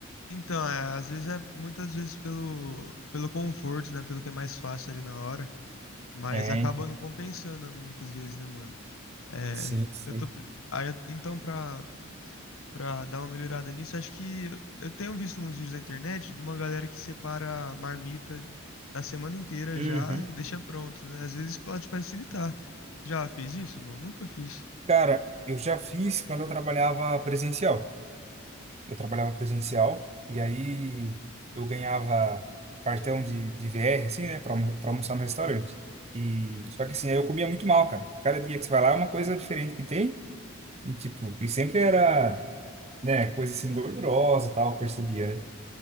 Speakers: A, on the left; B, on the right.
A: então é, às vezes é muitas vezes pelo pelo conforto, né, pelo que é mais fácil ali na hora, mas
B: É,
A: acaba
B: então.
A: não compensando muitas vezes, né, mano? É,
B: Sim, sim.
A: eu tô aí, então pra para dar uma melhorada nisso, acho que eu eu tenho visto uns vídeos na internet de uma galera que separa a marmita da semana inteira
B: Uhum.
A: já e deixa pronto, né? Às vezes pode facilitar. Já fez isso, mano? Nunca fiz.
B: Cara, eu já fiz quando eu trabalhava presencial. eu trabalhava presencial e aí eu ganhava cartão de, de VR, assim, né, para almoçar no restaurante. E só que assim, aí eu comia muito mal, cara. Cada dia que você vai lá é uma coisa diferente que tem e tipo, e sempre era, né, coisa assim gordurosa, e tal, eu percebia, né?